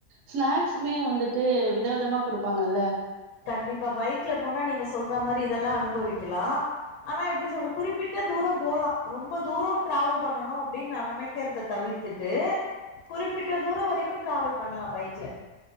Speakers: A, on the right; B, on the left.
A: ஸ்நாக்ஸுமே வந்துட்டு விதவிதமா குடுப்பாங்கல்ல
B: கண்டிப்பா பைக்ல போனா நீங்க சொல்ற மாரி இதெல்லா அனுபவிக்கலா ஆனா எப்டி சொல்ற குறிப்பிட்ட தூர போலா ரொம்ப தூர ட்ராவல் பண்ணணு அப்டின் நா நெனைக்கிறத தவிர்த் த்துட்டு குறிப்பிட்ட தூர வரைக்கு ட்ராவல் பண்லா பைக்ல